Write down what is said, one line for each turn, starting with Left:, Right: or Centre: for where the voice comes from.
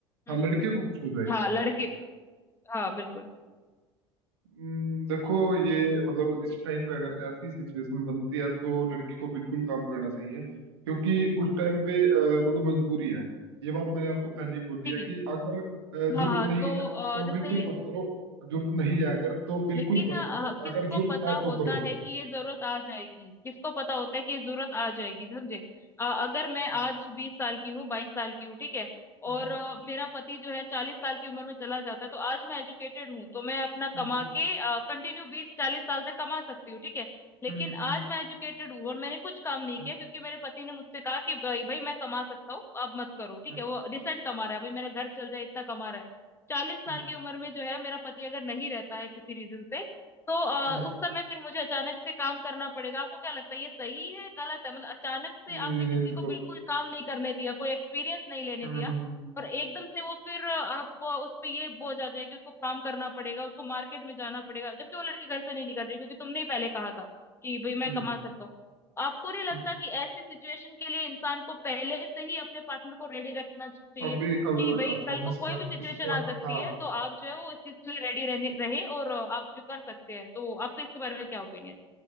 Left: हम्म,
Right: हाँ लड़के को कुछ हो जाए
Left: हाँ लड़के हाँ बिल्कुल
Right: हम्म, देखो ये मतलब इस टाइम पे अगर ऐसी सिचुएशन बनती है तो लड़की को बिल्कुल काम करना चाहिए क्योंकि उस टाइम पे अ, मतलब मजबूरी है ये बात मैंने आपको पहले ही बोली
Left: ठीक
Right: है
Left: है
Right: कि अगर अ, जरूरत
Left: हाँ हाँ
Right: नहीं
Left: तो
Right: है तो
Left: अ, जैसे
Right: बिल्कुल मत करो जरूरत नहीं है अगर तो बिल्कुल
Left: लेकिन
Right: मत
Left: अ,
Right: करो
Left: किसको
Right: अगर जरूरत
Left: पता
Right: है तो
Left: होता
Right: करो
Left: है कि ये जरूरत आ जाएगी किसको पता होता है कि ये जरूरत आ जाएगी समझे अ, अगर मैं
Right: हम्म,
Left: आज बीस साल की हूँ बाईस साल की हूँ ठीक है
Right: हम्म,
Left: और अ, मेरा पति जो है चालीस साल की उम्र में चला जाता है तो आज मैं एजुकेटेड हूँ तो मैं अपना
Right: हम्म,
Left: कमा के कंटिन्यू बीस चालीस साल तक कमा सकती हूँ ठीक है लेकिन
Right: हम्म, हम्म,
Left: आज मैं एजुकेटेड हूँ और मैंने कुछ काम नहीं
Right: हम्म,
Left: किया क्योंकि मेरे पति ने मुझसे कहा कि भाई भाई मैं कमा सकता हूँ अब मत करो ठीक
Right: हम्म,
Left: है वो रिसेंट कमा रहा है भाई मेरा घर चल जाए इतना कमा रहा है चालीस साल
Right: हम्म,
Left: की उम्र में जो है मेरा पति अगर नहीं रहता है किसी रीजन से तो अ,
Right: हम्म,
Left: उस समय फिर मुझे अचानक से काम करना पड़ेगा आपको क्या लगता है ये सही है गलत है मतलब अचानक
Right: हम्म,
Left: से आपने
Right: ये
Left: किसी
Right: तो
Left: को बिल्कुल काम नहीं करने दिया कोई एक्सपीरियंस नहीं लेने
Right: हम्म
Left: दिया
Right: हम्म हम्म
Left: और एकदम से वो फिर अ, आप अ, उस पे ये बोझ आ जाए कि उसको काम करना पड़ेगा उसको मार्केट में जाना पड़ेगा जबकि वो लड़की घर से नहीं निकल रही क्योंकि तुमने ही पहले कहा था कि भाई मैं
Right: हम्म,
Left: कमा सकता हूँ आपको नहीं लगता
Right: हम्म।
Left: कि ऐसी सिचुएशन के लिए इंसान को पहले से ही अपने पार्टनर को रेडी रखना चाहिए
Right: अभी अभी
Left: कि
Right: बताता
Left: भाई कल
Right: हूँ मैं
Left: को
Right: इसका
Left: कोई भी सिचुएशन
Right: इसका
Left: आ सकती
Right: हाँ
Left: है तो आप जो है वो इस चीज के लिए रेडी रहने रहे और अ, आप जो कर सकते हैं तो आपका इसके बारे में क्या ओपिनियन